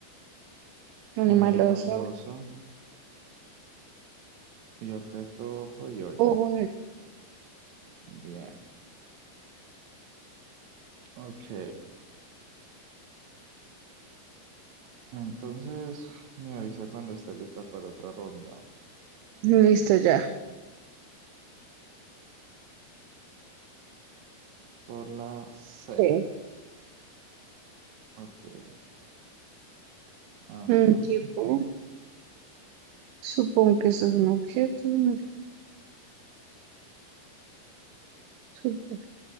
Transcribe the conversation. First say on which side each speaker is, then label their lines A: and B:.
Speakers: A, on the right; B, on the right.
A: Animal
B: Un animal
A: oso.
B: oso. Y objeto joyoya.
A: Ojo,
B: Bien. Ok. Entonces me avisa cuando esté lista para otra ronda.
A: Listo ya.
B: Por la C.
A: Sí.
B: Ok. Ajá,
A: Un tipo,
B: ajá.
A: supongo que esto es un objeto. ¿no? Supo-